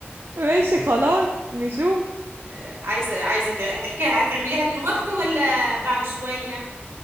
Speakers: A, on the right; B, on the right.
A: ماشي خلاص نشوف
B: آه، عايزه عايزه ت- هتحكيها هتعمليها دلوقتي ولا بعد شويه